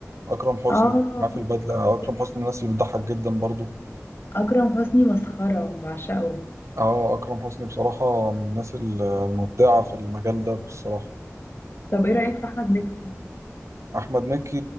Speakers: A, on the right; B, on the left.
A: اكرم حسني
B: اه
A: معاه في البدلة
B: خطير
A: آه، اكرم حسني من الناس اللي بتضحك جدا برضو
B: اكرم حسني مسخره بعشقه
A: اه اكرم حسني بصراحة من الناس المبدعة في المجال ده بصراحة
B: طب ايه رايك في احمد مكي
A: احمد مكي